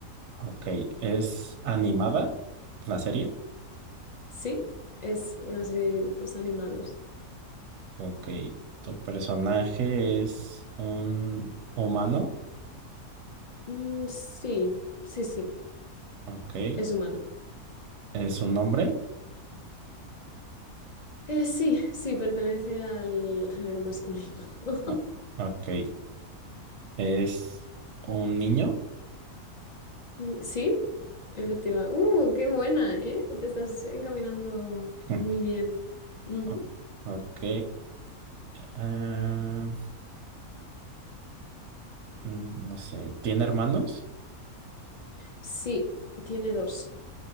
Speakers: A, on the right; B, on the left.
A: Ok, ¿es animada la serie?
B: Sí, es una serie de dibujos animados.
A: Ok, ¿tu personaje es un humano?
B: Mm, sí, sí, sí,
A: Ok,
B: es humano.
A: ¿es un hombre?
B: Eh, sí, sí, pertenece al género masculino. <laughs>
A: O- Ok, ¿es un niño?
B: Mm, Sí, efectiva.
A: <laughs>
B: ¡Uh, qué buena, eh! Te estás encaminando
A: Mm,
B: muy bien. Ujú.
A: o- Ok, ah, Mm, No sé, ¿tiene hermanos?
B: Sí, tiene dos.